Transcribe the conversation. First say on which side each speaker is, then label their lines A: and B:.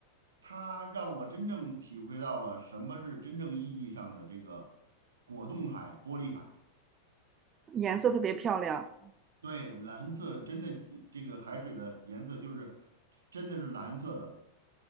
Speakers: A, on the right; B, on the right.
A: 它让我真正体会到了什么是真正意义上的这个果冻海、玻璃海。
B: 颜色特别漂亮，
A: 对，蓝色真的这个海水的颜色就是真的是蓝色的。